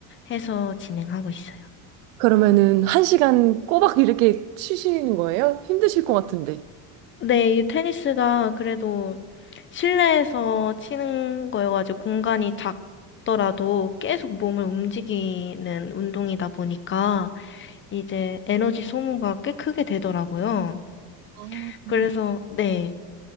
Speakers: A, on the left; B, on the right.
A: 해서 진행하고 있어요.
B: 그러면은 한 시간 꼬박 이렇게 치시는 거예요? 힘드실 것 같은데.
A: 네, 이 테니스가 그래도 실내에서 치는 거여가지고 공간이 작더라도 계속 몸을 움직이는 운동이다 보니까 이제 에너지 소모가 꽤 크게 되더라고요.
B: 아,
A: 그래서,
B: 음.
A: 네.